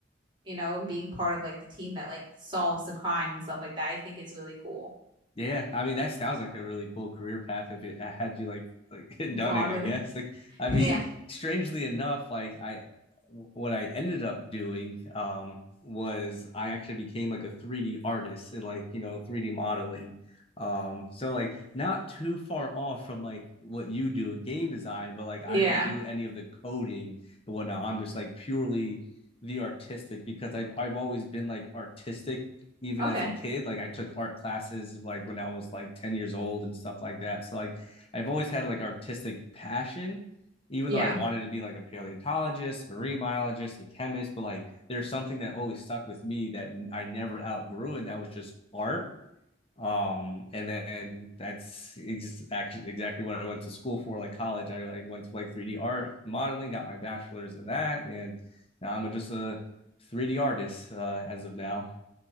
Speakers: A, on the right; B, on the left.
A: you know, and being part of like the team that like solves the crime and stuff like that. I think it's really cool.
B: Yeah, I mean that sounds like a really cool career path if it had you like like <laughs> done
A: Gone
B: it,
A: with
B: I guess.
A: it. <laughs>
B: Like I
A: Yeah.
B: mean, strangely enough, like I what I ended up doing um was I actually became like a 3D artist and like, you know, 3D modeling. Um so like not too far off from like what you do, game design, but like I
A: Yeah.
B: don't do any of the coding and whatnot. I'm just like purely the artistic because I've I've always been like artistic even
A: Okay.
B: as a kid like i took art classes like when i was like 10 years old and stuff like that so like i've always had like artistic passion even
A: Yeah.
B: though i wanted to be like a paleontologist marine biologist a chemist but like there's something that always stuck with me that i never outgrew and that was just art um and then that's ex- actually exactly what i went to school for like college I, I went to like 3d art and modeling got my bachelor's in that and now i'm just a 3d artist uh, as of now